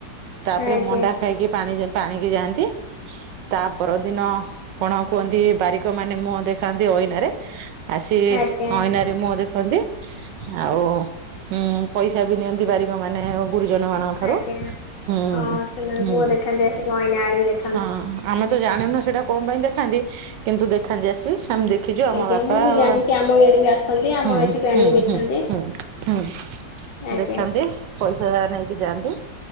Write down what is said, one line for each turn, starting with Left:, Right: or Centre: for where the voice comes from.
Right: ତାପରେ
Left: ଆଜ୍ଞା
Right: ମଣ୍ଡା ଖାଇକି ପାଣି ପାଣିକି ଯାଆନ୍ତି ତା ପର ଦିନ କଣ କୁହନ୍ତି ବାରିକ ମାନେ ମୁହଁ ଦେଖାନ୍ତି ଅଇନା ରେ ଆସିବେ
Left: ଆଜ୍ଞା
Right: ଅଇନା ରେ ମୁହ ଦେଖନ୍ତି ଆଉ ଉଁ ପଇସ୍ କ୍ଷା ବି ନିଅନ୍ତି ବାରିକମାନେ ଗୁରୁଜନମାନଙ୍କଠାରୁ
Left: ଆଜ୍ଞା ଆଜ୍ଞା
Right: ହୁଁ
Left: ହଁ ସେମାନେ ମୁହଁ
Right: ହୁଁ।
Left: ଦେଖାନ୍ତି ଆସିକି ଅଇନା ଆଣିକି ଦେ
Right: ହଁ ଆମେ ତ ଜାଣିନୁ ସେଇଟା କଣ ପାଇଁ ଦେଖାନ୍ତି କିନ୍ତୁ ଦେଖାନ୍ତି ଆସିକି ଆମେ ଦେଖିଛୁ ଆମ
Left: ଆଜ୍ଞା
Right: ବାପା
Left: ମୁଁ ବି
Right: ଆ
Left: ଜାଣିଛି ଆମ ଇଆଡେ ବି ଆସନ୍ତି ଆମ
Right: ହୁଁ
Left: ଏଠି ବି ଆଣିକି
Right: ହୁଁ
Left: ଦେଖାନ୍ତି।
Right: ହୁଁ ହୁଁ ହୁଁ
Left: ଆଜ୍ଞା
Right: ଦେଖାନ୍ତି ପଇସା ନେଇକି ଯାଆନ୍ତି